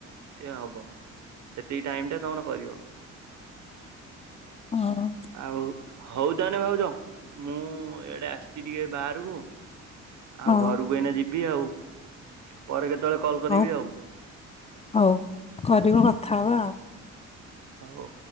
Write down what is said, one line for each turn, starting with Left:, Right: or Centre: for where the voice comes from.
Right: ସେ ହବ ସେତିକି ଟାଇମ ଟା ତମର କରିବ।
Left: ହଁ।
Right: ଆଉ ହଉ ତାହାନେ ଭାଉଜ। ମୁଁ ଇଆଡେ ଆସିଛି ଟିକେ ବାହାରକୁ
Left: ହଉ
Right: ଆଉ ଘରକୁ ଏଇନା ଯିବି ଆଉ। ପରେ କେତେବେଳେ କଲ୍ କରିବି
Left: ହଉ
Right: ଆଉ
Left: ହଉ କରିବ କଥାହବା ଆଉ।
Right: ହୋଉ।